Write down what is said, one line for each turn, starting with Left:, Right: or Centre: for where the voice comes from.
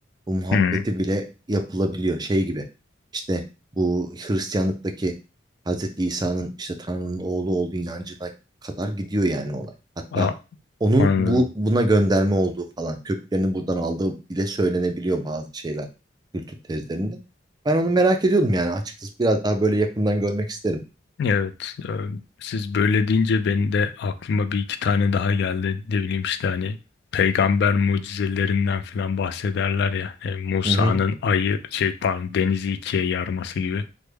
Right: bu muhabbeti
Left: Hmm,
Right: bile yapılabiliyor şey gibi. İşte bu Hristiyanlıktaki Hazreti İsa'nın işte Tanrı'nın oğlu olduğu inancına kadar gidiyor yani olay. Hatta
Left: a-
Right: onun
Left: anladım.
Right: bu buna gönderme olduğu falan köklerini buradan aldığı bile söylenebiliyor bazı şeyler kültür tezlerinde. Ben onu merak ediyordum yani açıkçası. Biraz daha böyle yakından görmek isterim.
Left: Evet, e, siz böyle deyince benim de aklıma bir iki tane daha geldi. Ne bileyim işte hani peygamber mucizelerinden falan bahsederler ya. E, Musa'nın
Right: Hı hı.
Left: ayı şey pardon denizi ikiye yarması gibi.